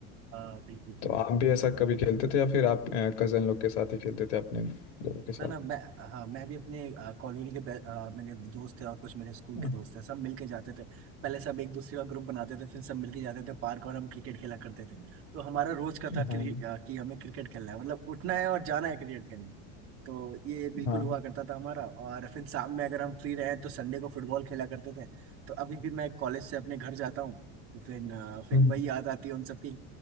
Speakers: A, on the right (about 40°); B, on the left (about 90°).
A: हाँ बिल्कुल
B: तो आप भी ऐसा कभी खेलते थे या फिर आप कजन लोग के साथ ही खेलते थे अपने लोगों के साथ
A: ना ना मैं हाँ मैं भी अपने अ, कॉलोनी के बे- अ, मेरे दोस्त थे और कुछ मेरे स्कूल
B: हाँ
A: के दोस्त थे सब मिलके जाते थे पहले सब एक दूसरे का ग्रुप बनाते थे फिर सब मिलके जाते थे पार्क और हम क्रिकेट खेला करते थे तो हमारा रोज का था कि,
B: हाँ
A: अ, कि हमें क्रिकेट खेलना है मतलब उठना है और जाना है क्रिकेट खेलने तो ये बिल्कुल
B: हाँ,
A: हुआ करता था हमारा और फिर शाम में अगर हम फ्री रहे तो संडे को फुटबॉल खेला करते थे तो अभी भी मैं कॉलेज से अपने घर जाता हूँ तो फिर अ, फिर
B: हम्म,
A: वही याद आती है उन सबकी